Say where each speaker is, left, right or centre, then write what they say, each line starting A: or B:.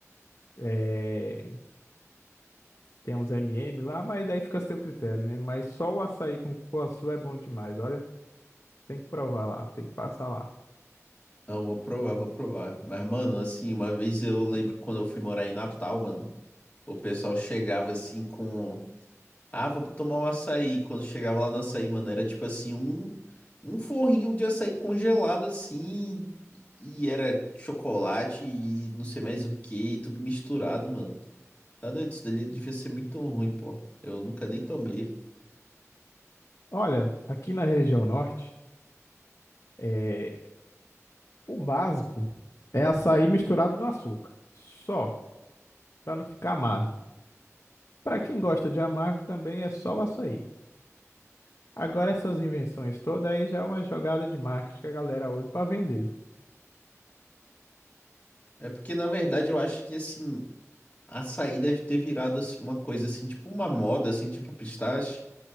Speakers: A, on the left (about 55°); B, on the left (about 25°).
A: eh, tem uns MM lá, mas daí fica a seu critério, né? Mas só o açaí com cupuaçu é bom demais, olha. Tem que provar lá, tem que passar lá.
B: Não, vou provar, vou provar. Mas, mano, assim, uma vez eu lembro quando eu fui morar em Natal, mano, o pessoal chegava assim com. Ah, vamos tomar um açaí. Quando chegava lá no açaí, mano, era tipo assim, um, um forrinho de açaí congelado, assim, e era chocolate e não sei mais o que, e tudo misturado, mano. Tá doido? Isso dali devia ser muito ruim, pô. Eu nunca nem tomei.
A: Olha, aqui na região norte, eh, O básico é açaí misturado no açúcar, só, para não ficar amargo. Para quem gosta de amargo também é só o açaí. Agora essas invenções todas aí já é uma jogada de marketing que a galera usa para vender.
B: É porque, na verdade, eu acho que, assim, açaí deve ter virado, assim, uma coisa, assim, tipo uma moda, assim, tipo pistache.